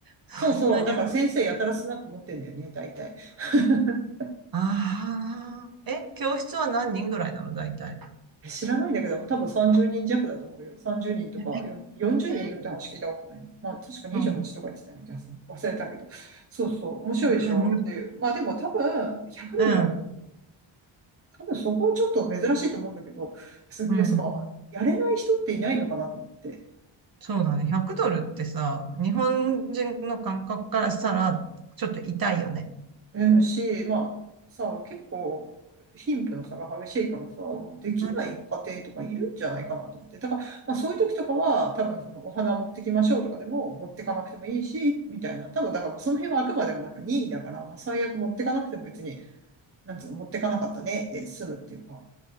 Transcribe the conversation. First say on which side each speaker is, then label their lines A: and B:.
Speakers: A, on the right; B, on the right.
A: そんなに。
B: そうそう。だから先生やたらスナック持ってんだよね、
A: あ
B: 大体。<laughs>
A: あ、え、教室は何人ぐらいなの、大体。
B: 知らないんだけど、多分30人弱だと思うよ。30人とかよ40人いるって話聞いたことないな。
A: えー、
B: まあ、確か28とか言ってたような気がする。
A: うん、
B: 忘れたけど。そうそう。面白いでしょっていう。
A: い
B: まあ、でも多分、100ドルは
A: うん、
B: 多分そこはちょっと珍しいと思うんだけど、それでさ、
A: うん。
B: やれない人っていないのかなと思って。
A: そうだね。100ドルってさ、日本人の感覚からしたら、ちょっと痛いよね。
B: うんし、まあさ、結構貧富の差が激しいからさ、まあできない家庭とかいるんじゃないかなと思って。
A: うん
B: だから、まあ、そういう時とかは、多分そのお花持ってきましょうとかでも持ってかなくてもいいし、みたいな。多分だからもうその辺はあくまでもなんか任意だから、まあ最悪持ってかなくても別に、なんつうの、持ってかなかったねで済むっていうか。